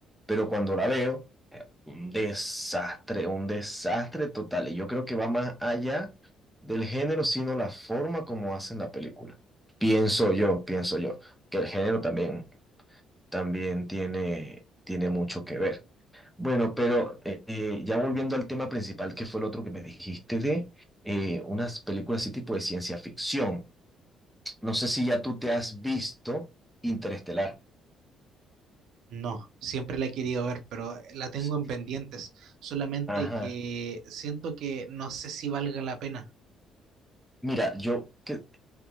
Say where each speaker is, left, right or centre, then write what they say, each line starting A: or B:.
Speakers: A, in the centre; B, on the right.
A: pero cuando la veo Un desastre, un desastre total. Y yo creo que va más allá del género, sino la forma como hacen la película. Pienso yo, pienso yo, que el género también, también tiene, tiene mucho que ver. Bueno, pero eh, eh, ya volviendo al tema principal, que fue el otro que me dijiste de eh, unas películas así tipo de ciencia ficción. No sé si ya tú te has visto Interestelar.
B: No, siempre la he querido ver, pero la tengo
A: Sí.
B: en pendientes. Solamente
A: Ajá.
B: que siento que no sé si valga la pena.
A: Mira, yo que